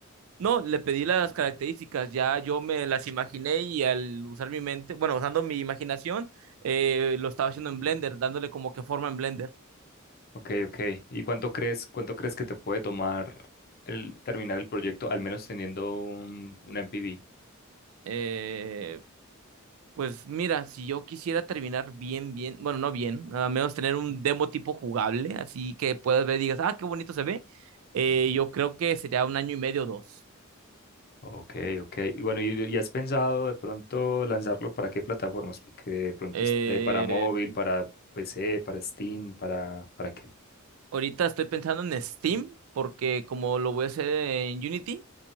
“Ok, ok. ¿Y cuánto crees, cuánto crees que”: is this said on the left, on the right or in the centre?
Left